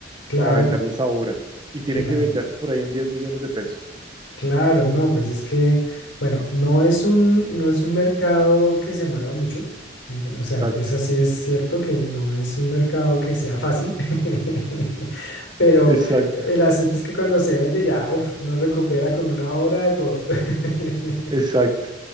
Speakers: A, on the left (about 85°); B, on the right (about 25°).
A: claro,
B: para venderles ahora y tiene
A: claro.
B: que venderse por ahí en diez millones de pesos.
A: Claro, no, pues es que, bueno, no es un, no es un mercado que se mueva mucho. n- O sea,
B: Exacto,
A: eso sí es cierto que no es un mercado que sea fácil, <laughs> pero
B: exacto,
A: el asunto es que cuando se vende ya, uf, uno recupera con una obra de todo. <laughs>
B: exacto,